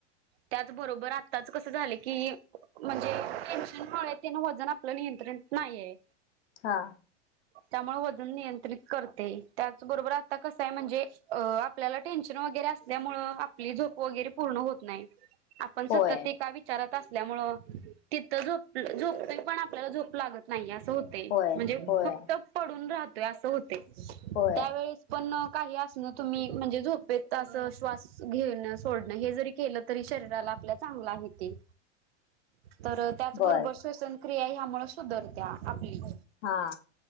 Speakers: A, on the right (about 55°); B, on the left (about 70°).
A: त्याच बरोबर आत्ताच कसं झालंय कि म्हणजे टेन्शन मुळे किन वजन आपलं नियंत्रणात नाहीये.
B: हा.
A: त्यामुळे वजन नियंत्रित करते. त्याचबरोबर आता कसं आहे म्हणजे अ.. आपल्याला टेन्शन वगैरे असल्यामुळे आपली झोप वगैरे पूर्ण होत नाही. आपण सतत
B: होय
A: ते एका विचारात, असल्यामुळं तिथं झोप झोपतोय पण आपल्याला झोप लागत नाहीये असं. होते
B: होय
A: म्हणजे
B: होय
A: फक्त पडून राहतोय. अस होतंय
B: होय
A: त्यावेळस पण, काही असलं तुम्ही, म्हणजे झोपेत अस श्वास घेण सोडण. हे जरी केलं तरी शरीराला आपल्या चांगलं आहे ते. तर त्याचबरोबर
B: बर
A: श्वसन क्रिया ह्यामुळे सुधरत्या. आपली
B: हा.